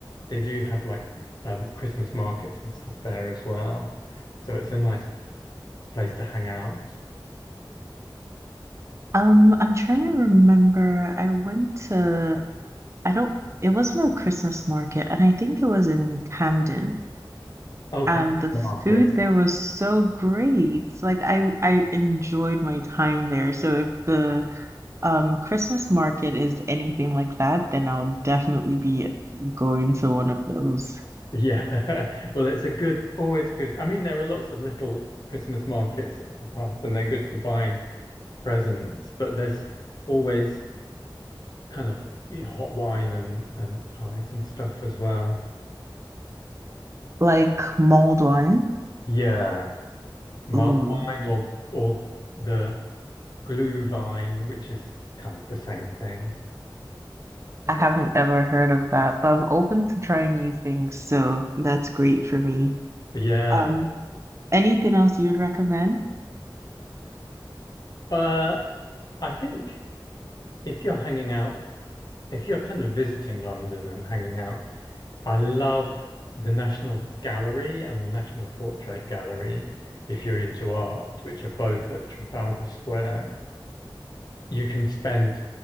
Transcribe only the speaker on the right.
Um, I'm trying to remember. I went to, I don't, it wasn't a Christmas market, and I think it was in Camden.
And the food
there was so great. Like I, I enjoyed my time there. So if the um Christmas market is anything like that, then I'll definitely be going to one of those.
Like mulled wine.
Ooh,
I haven't ever heard of that, but I'm open to trying new things, so that's great for me.
Um, Anything else you'd recommend?